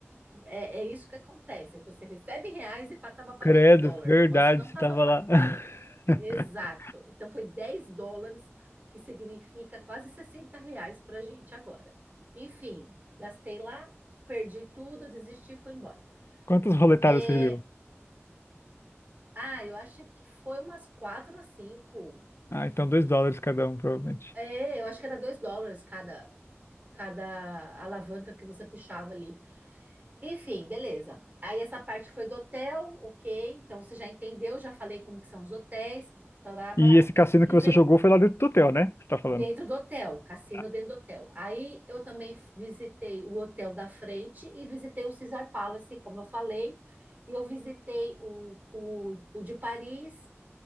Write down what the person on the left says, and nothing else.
credo,
verdade,
você
tava
lá. <laughs>
Quantas roletadas
você deu?
Ah, então 2 dólares cada um, provavelmente.
E esse cassino
que você jogou foi lá dentro do hotel, né? Você tá falando.
Tá.